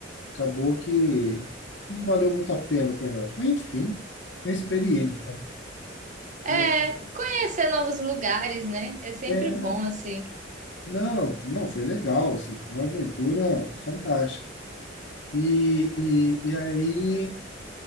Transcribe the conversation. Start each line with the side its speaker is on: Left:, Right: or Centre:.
Left: Acabou que não valeu muito a pena o pernoite. Mas enfim, é experiência.
Right: É,
Left: E-
Right: conhecer novos lugares, né? É sempre
Left: é,
Right: bom, assim.
Left: não, não, foi legal, assim, foi uma aventura fantástica. E, e, e aí